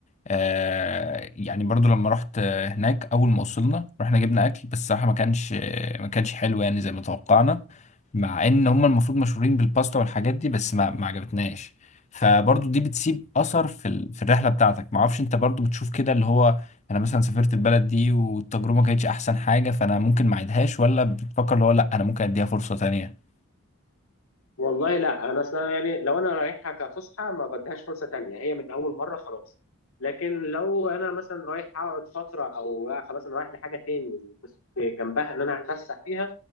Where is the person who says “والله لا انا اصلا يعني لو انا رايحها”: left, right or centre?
Left